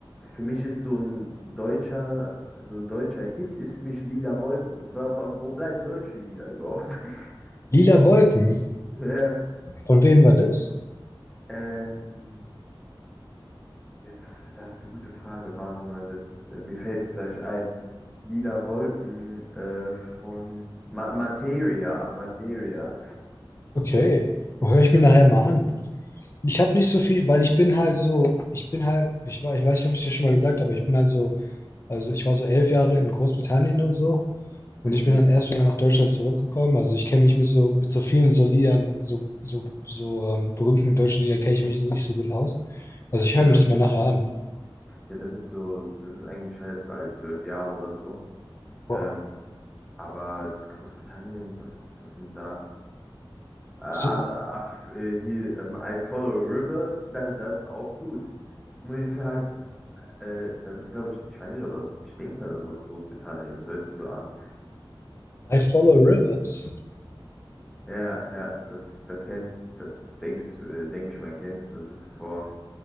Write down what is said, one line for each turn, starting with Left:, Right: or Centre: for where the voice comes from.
Centre: für mich ist so ein deutscher, so ein deutscher Hit ist für mich Lila Wolken. Wo, wo wo bleiben solche Lieder überhaupt? <laughs>
Left: Lila Wolken,
Centre: Ja.
Left: von wem war das?
Centre: Ähm, Jetzt, das ist eine gute Frage. Warte mal, das, äh, mir fällt es gleich ein. Lila Wolken äh, von Ma Materia, Materia.
Left: Okay, höre ich
Centre: Und
Left: mir nachher
Centre: äh,
Left: mal an. Ich habe nicht so
Centre: äh,
Left: viel, weil ich bin halt so, ich bin halt, ich, war- ich weiß nicht, ob ich dir schon mal gesagt habe, aber ich bin halt so, also ich war so elf Jahre in Großbritannien und so und
Centre: mhm,
Left: ich bin dann erst wieder nach Deutschland zurückgekommen. Also ich kenne mich mit so, mit so vielen so Liedern, so, so, so ähm, berühmten deutschen Liedern kenne ich mich nicht so gut aus. Also ich
Centre: ja.
Left: höre mir das mal nachher an.
Centre: Ja, das ist so, das ist eigentlich relativ alt, zwölf Jahre oder so.
Left: Wow.
Centre: Ähm, aber Großbritannien, was, was sind da? Äh, alle,
Left: So,
Centre: af- äh, hier, ähm, I Follow Rivers, das, das ist auch gut, muss ich sagen. Äh, das ist, glaube ich, ich weiß nicht, ob das, ich denke, das ist aus Großbritannien, das hört sich so an.
Left: I follow rivers.
Centre: Ja, ja, das, das kennst, das denkst du, äh, denk ich mal, kennst du. Das ist vor,